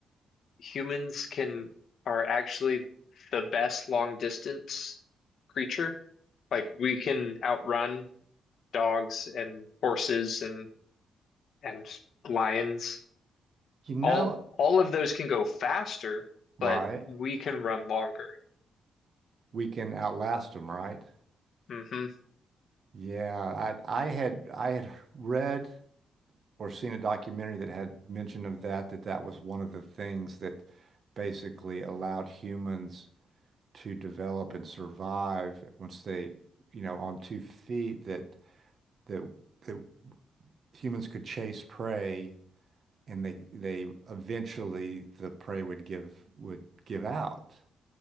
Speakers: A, on the left; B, on the right.
A: humans can are actually the best long distance creature. Like we can outrun dogs and horses and and lions.
B: you know,
A: All all of those can go faster,
B: right,
A: but we can run longer.
B: we can outlast them, right?
A: hmm
B: Yeah, I I had I had read or seen a documentary that had mention of that that that was one of the things that basically allowed humans to develop and survive once they, you know, on two feet that that that humans could chase prey and they they eventually the prey would give would give out.